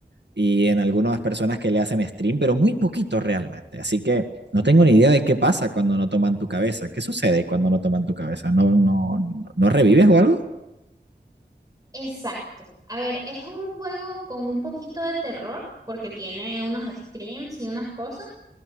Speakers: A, on the right; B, on the right.
A: y en algunas personas que le hacen stream, pero muy poquito realmente. Así que no tengo ni idea de qué pasa cuando no toman tu cabeza. ¿Qué sucede cuando no toman tu cabeza? ¿No, no, no revives o algo?
B: Exacto. A ver, es un juego con un poquito de terror, porque tiene unos screams y unas cosas,